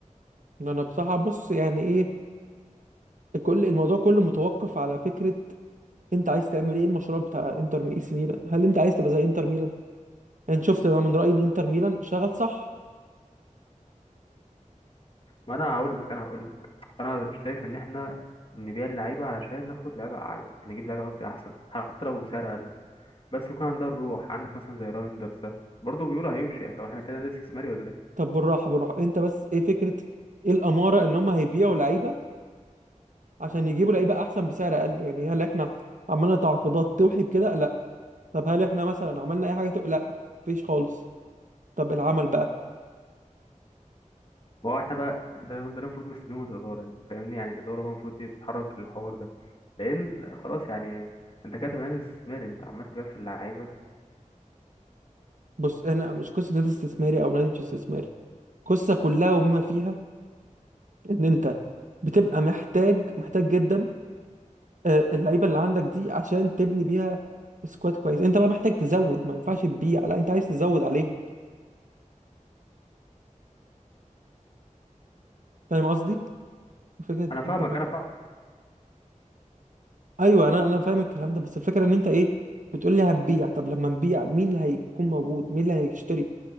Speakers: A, on the right (about 70°); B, on the left (about 45°).
A: إن أنا بصراحة بص يعني إيه كل الموضوع كله متوقف على فكرة أنت عايز تعمل إيه المشروع بتاع إنتر مي- إي سي ميلان هل أنت عايز تبقى زي إنتر ميلان؟ يعني شفت أنا من رأيي إن إنتر ميلان شغل صح
B: ما انا هقول لك انا هقول لك انا شايف ان احنا نبيع اللعيبه علشان ناخد لعيبه اعلى نجيب لعيبه قصدي احسن حتى لو بسعر اقل بس يكون عندها الروح عندك مثلا زي رايندرز ده برضه بيقولوا هيمشي طب احنا كده نادي استثماري ولا
A: طب بالراحه بالراحه انت بس ايه فكره ايه الاماره ان هم هيبيعوا لعيبه عشان يجيبوا لعيبه احسن بسعر اقل يعني هل احنا عملنا تعاقدات توحي بكده لا طب هل احنا مثلا عملنا اي حاجه تو... لا مفيش خالص طب العمل بقى
B: ما هو احنا بقى ده ده اللي المفروض مستنيه من الاداره انت فاهمني يعني الاداره بقى المفروض ايه تتحرك للحوار ده لان خلاص يعني انت كاتب عين استثماري انت عمال تبيع في اللعيبه
A: بص احنا مش قصه نادي استثماري او نادي مش استثماري قصه كلها وما فيها ان انت بتبقى محتاج محتاج جدا آه، اللعيبه اللي عندك دي عشان تبني بيها سكواد كويس انت بقى محتاج تزود ما ينفعش تبيع لا انت عايز تزود عليهم فاهم قصدي فكره
B: انا فاهمك
A: انت
B: انا فاهم
A: ايوه انا انا فاهم الكلام ده بس الفكره ان انت ايه بتقول لي هنبيع طب لما نبيع مين اللي هيكون موجود مين اللي هيشتري